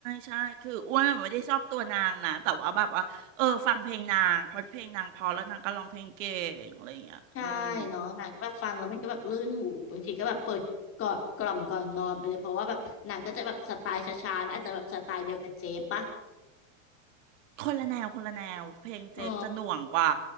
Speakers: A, on the right; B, on the left.
A: ใช่คืออ้วนไม่ได้ชอบตัวนางนะแต่ว่าแบบว่าเออฟังเพลงนางเพราะเพลงนางเพอแล้วนางก็ร้องเพลงเก่งอะไรอย่างเงี้ยอืม
B: ใช่เนาะหนังก็แบบฟังแล้วมันก็แบบลื่นหูบางทีก็แบบเปิดก่อนกล่อมก่อนนอนไปเลยเพราะว่าแบบหนังก็จะแบบสไตล์ช้าๆนะอาจจะแบบสไตล์เดียวกับเจ๊ปะ
A: คนละแนวคนละแนวเพลงเจฟจะหน่วงกว่า
B: อ๋อ